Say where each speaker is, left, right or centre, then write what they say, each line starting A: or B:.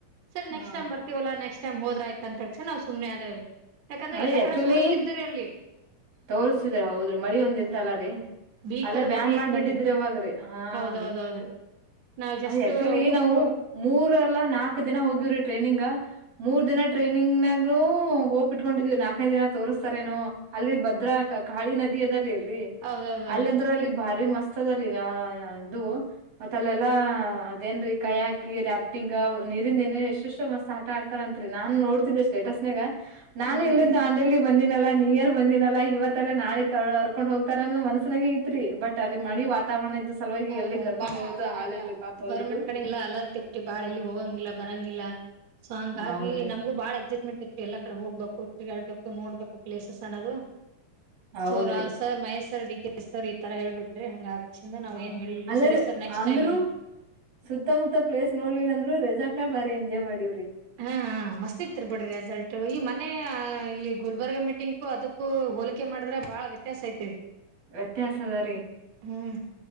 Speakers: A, on the right; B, on the right.
A: ಸರಿ
B: ಹಾ
A: ನಕ್ಸ್ಟ್ ಟೈಮ್ ಬರ್ತವ ನಕ್ಸ್ಟ್ ಟೈಮ್ ಹೋದ್ರ ರಯ್ತ ಅಂತಸ ನಾ ಸುಮ್ನೆ ಅ ಆದೇರರಿ ಯಾಕಂದ್ರೆ
B: ಅದೇ
A: ಎಲ್ಲಾ ಕಡೆ
B: ಆಕ್ಚುಲಿ
A: ತೋರಿಸಸ್ತಿದ್ರಿ ಅಲ್ಲಿ
B: ತೋರ್ಸಿದ್ರ ಹೌದ್ರಿ ಮಳಿ ಒಂದ್
A: ಹ್ಮ್
B: ಇತ್ತಲ್ಲ ರೀ
A: ಭೀಕರ
B: ಅಲ್ಲೇ ಬ್ಯಾನ್
A: ಮಳಿ
B: ಮಾಡ್ಬಿಟ್ಟಿದ್ರಿ
A: ಇತ್ತಲ್ರಿ
B: ಅವಾಗ್ರೀ ಹಾ
A: ಹೌದೌದೌದ್ರಿ
B: ರೀ
A: ನಾವ್ ಜಸ್ಟ್
B: ಅದ ಆಕ್ಚುಲಿಏ
A: ಊರ್
B: ನಾವು ಮೂರು ನಾಕ ದಿನ ಹೋಗವ್ರಿ ಟ್ರೈನಿಂಗ್ ಮೂರ್ ದಿನ ಟ್ರೈನಿಂಗ್ಗ ಬಿಟ್ಕೊಂಡಿದ್ವಿ ನಾಕನೈದು ದಿನಾ ತೋರಿಸ್ತಾರೆೇನು ಅಲ್ಲಿ ಭದ್ರಾ ಕಾಳಿ ನದಿ ಅದ ಲ್ಲಿ
A: ಹೌದೌದೌದ್ರಿ
B: ಅಲ್ಲಿಂದ್ರ ಅಲ್ಲಿ ಭಾರಿ ಮಸ್ತ್ ಅದ ರೀ ಅದು ಮತ್ತ ಅಲ್ಲೆಲ್ಲಾ ಅದೇನ್ ರೀ ಕೈ ಹಾಕಿ ರಾಫ್ಟಿಂಗ್ ನೀರಿಂದ ಏನ ಎಷ್ಟೆಷ್ಟು ಮಸ್ ಆಡ್ತಾರಂತ್ರಿ ನಾನ್ ನೋಡ್ತಿದ್ದೆ ಸ್ಟೇಟಸ್ ನಾಗ ನಾನು
A: ಹ್ಮ್ ಹ್ಮ್
B: ಇಲ್ಲ ದಾಂಡೇಲಿ ಬಂದಿನ ಲ್ಲ ನ ನೀಯರ್ ಬಂದಿನಲ್ಲಾ ಇವತ್ತೆಲ್ಲ ನಾಳೆ ಅರ್ಕೊಂಡ್ ಹೋಗ್ತಾರ ಅನ್ನ ಮನಸ್ಸಾನಿಗ್ ತ್ರಿ ಬಟ್
A: ಹ್ಮ್
B: ಅಲ್ಲಿ ಮಡಿ
A: ಹ್ಮ್
B: ವಾತಾವರಣ ಇದ್ದ ಸಲುವಾಗಿ
A: ಅ
B: ಎಲ್ಲಿ ಕರ್ಕೊಂಡ್
A: ಬಾಳ
B: ಹೋದು
A: ಅಲ್ಲ
B: ಹಾಲ
A: ಅಲ್ಲ
B: ಇಲ್ರರಿ ಪಾಪ ಅವ್ರಿಗೂ
A: ಗೌರ್ಮೆಂಟ್ ಕಡೆಲ್ಲ ಅಲರ್ಟ್ ಬಾಳ ಎಲ್ಲಿ ಹೋಗಂಗಿಲ್ಲ ಬರಂಗಿಲ್ಲ ಸೊ ಹಂಗಾಗಿ
B: ಹೌದ್ರಿ
A: ನಮಗೂ ಬಾಳ ಎಕ್ಸೈಟ್ಮೆಂಟ್ ಇ ಎಲ್ಲಾ ಕಡೆ ಹೋಗ್ಬೇಕು ತಿರುಗಾಡ್ಬೇಕು ನೋಡ್ಬೇಕು ಪ್ಲೇಸಸ್ ಅನ್ನೋದು
B: ಹೌದ್ರಿ
A: ಸೋರಾವ್ ಸರ್ ಮಹೇಶ್ಸರ್ ಡಿಕ ಸರ್ ಈ ತರ ಹೇಳ್ಬಿಟ್ರಿ ಹಂಗ ಆಕಿಸಿಂದ
B: ಹ್ಮ
A: ನಾವ್ ಏನ್ ಹೇಳಿಲ್ರಿ
B: ಅಲ್ಲರ
A: ಸರಿ ಸರ್ ನೆಕ್ಸ್ಟ್
B: ಅಂದ್ರರು
A: ಟೈಮ್
B: ಸುತ್ತಮುತ್ತ ಪ್ಲೇಸ್ ನೋಡ್ಲಿಲ್ಲ ಅಂದ್ರರು ರೆಸಾರ್ಟ್ ಬಾರಿ ಎಂಜಾಯ್ ಮಾಡಿರು
A: ಹಾ ಹ ಮಸ್ತಿ ಇತ್ತರ್ ಬಿಡ್ರಿ ರೆಸಲ್ಟ್ ಈ ಮನೆ ಇಲ್ಲಿ ಗುಲ್ಬರ್ಗ ಮೀಟಿಂಗ್ ಕೂ ಅದಕ್ಕೂ ಹೋಲಿಕೆ ಮಾಡಿದ್ರ ಬಾಳ ವ್ಯತ್ಯಾಸ ಐತ್ರಿ
B: ವ್ಯತ್ಯಾಸ ಅದ ರೀ
A: ಹ್ಮ್